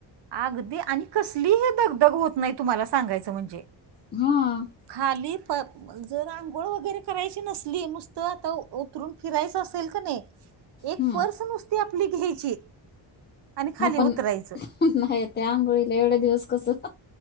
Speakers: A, on the right (about 60°); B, on the left (about 25°).
A: आगदी आणि कसलीही दगदग होत नाही, तुम्हांला सांगायचं म्हणजे.
B: हा..
A: खाली प जर आंघोळ वगैरे करायची नसली, नुसतं आता उतरून फिरायचं असेल क नाही एक
B: हम्म.
A: पर्स नुसती आपली घ्यायची, आणि खाली
B: हा पण
A: उतरायचं
B: नाही त्या आंघोळीला एवढे दिवस कसं